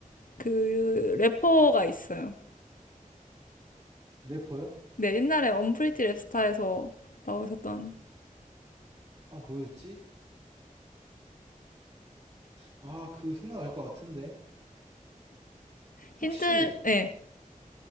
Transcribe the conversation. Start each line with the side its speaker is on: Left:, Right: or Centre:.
Left: 그 래퍼가 있어요.
Right: 래퍼요?
Left: 네, 옛날에 언프리티 랩스타에서 나오셨던
Right: 아, 뭐였지? 아, 그거 생각날 것 같은데.
Left: 힌트,
Right: 혹시
Left: 예.